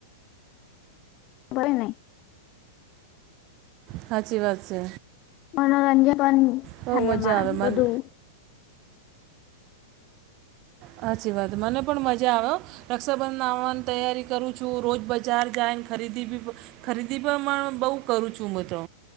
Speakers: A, on the left (about 35°); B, on the right (about 40°).
A: ભય નહી
B: સાાચી વાત છે
A: મનોરંજન પણ
B: બહુ
A: ખાય
B: મજા
A: એમાં
B: આવે
A: બધું
B: મન સાચી વાત મને પણ મજા આવ્યો રક્ષાબંધન આવવાની તૈયારી કરું છું રોજ બજાર જાય ખરીદી બી ખરીદી પણ બહુ કરું છું મ તો